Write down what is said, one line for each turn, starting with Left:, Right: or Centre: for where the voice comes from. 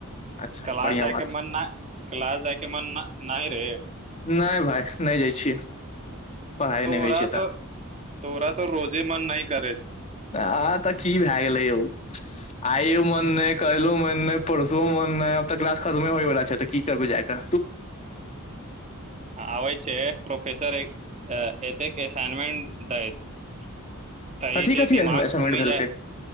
Left: अच्छा
Right: क्लाास
Left: बढ़िया
Right: जाय
Left: बात
Right: के मन नै क्लास जाय के मन नै नाहिं हे
Left: नहि भाइ नहि जाइ छियै पढ़ाइ
Right: तोरा
Left: नहि होइ छै
Right: तऽ तोरा तऽ रोजे मन नहि करै छौ
Left: आ तऽ की भए गेलै यौ आइो मन नै काल्हिो मन नहि परसो मोन नहि आब तऽ किलास खतमे होयवला छै तऽ की करबै जाय क
Right: आबै छे प्रोफेसर ए- एते के असाइनमेंट दैत त ई
Left: कथी
Right: जे
Left: कथी
Right: दिमाग
Left: असाइनमेंट
Right: घूमि
Left: भेलकै
Right: जायत